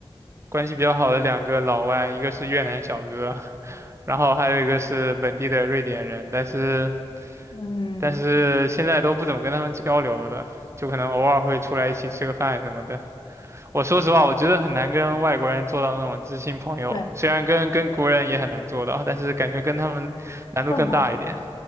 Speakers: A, on the right (about 30°); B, on the left (about 50°).
A: 关系比较好的两个老外，一个是越南小哥，<laughs> 然后还有一个是本地的瑞典人，但是
B: 嗯，
A: 但是现在都不怎么跟他们交流了，就可能偶尔会出来一起吃个饭什么的。我说实话，我觉得很难跟外国人做到那种知心朋友，
B: 对，
A: 虽然跟跟国人也很难做到，但是感觉跟他们难度更大一点。
B: 更难。